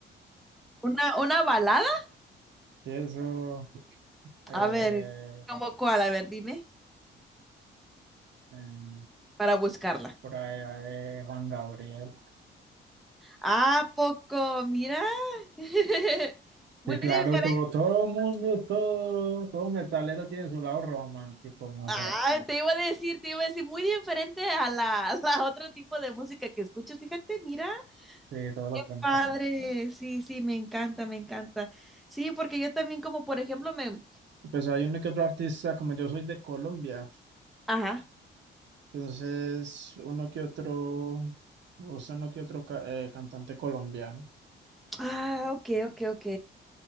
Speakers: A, in the centre; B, on the right (about 65°).
A: Una, una balada.
B: y eso, eh,
A: A ver, ¿cómo cuál? A ver, dime,
B: em,
A: para buscarla.
B: por allá de Juan Gabriel.
A: ah poco? Mira. <laughs> Muy
B: sí claro,
A: diferente.
B: todo, todo mundo, todo, todo metalero tiene su lado romántico, mujer.
A: Ah, te iba a decir, te iba a decir, muy diferente a la, <laughs> a la otro tipo de música que escuchas. Fíjate, mira,
B: Sí, todo lo
A: qué
B: contrario.
A: padre. Sí, sí, me encanta, me encanta. Sí, porque yo también como, por ejemplo, me...
B: Pues hay uno que otro artista, como yo soy de Colombia,
A: Ajá.
B: entonces uno que otro, me gusta uno que otro ca- eh, cantante colombiano.
A: Ah, ok, ok, ok.